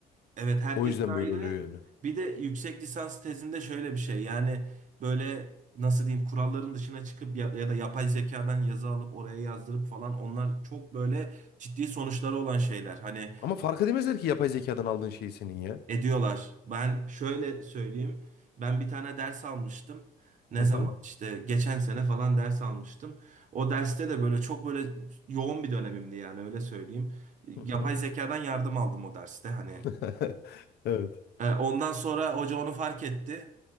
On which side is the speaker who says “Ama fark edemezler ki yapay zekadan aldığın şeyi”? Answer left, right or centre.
Left